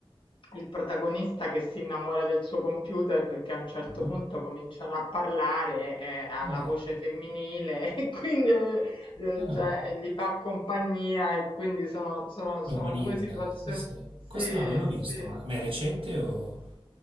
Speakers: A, on the left (about 65°); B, on the right (about 70°).
A: il protagonista che si innamora del suo computer perché a un certo
B: Ah,
A: punto cominciano a parlare, eh, ha
B: no,
A: la
B: dai.
A: voce femminile <laughs> e quindi eh, eh,
B: Ah, no.
A: cioè, gli fa compagnia e quindi sono, sono- sono
B: Lo umanizza,
A: due situazioni.
B: sì, sì.
A: Sì,
B: Questo no, non l'ho
A: sì.
B: visto, ma, ma è recente o